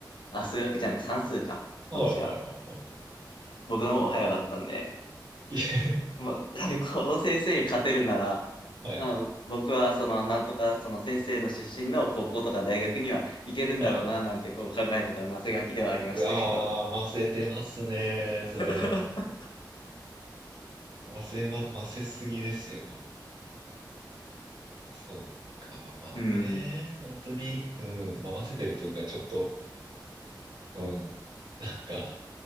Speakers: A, on the left; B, on the right.
A: あ、数学じゃない、算数か、
B: おー。
A: 当時は。
B: はい、はい、はい、はい。
A: 僕の方が早かったんで、
B: <laughs>
A: もう、<laughs> この先生に勝てるなら、
B: はい、
A: あ、僕はその、なんとか、その先生の出身の高校とか大学には行けるんだろうな、
B: はい。
A: なんてこう考えてたマせがきではありましたけど。
B: うわー、ませてますね、それは。
A: <laughs>
B: ませま、ませすぎですよ。そうか、まあね、
A: うん。
B: 本当に、うん、まあ、ませてるというか、ちょっと、うん、なんか、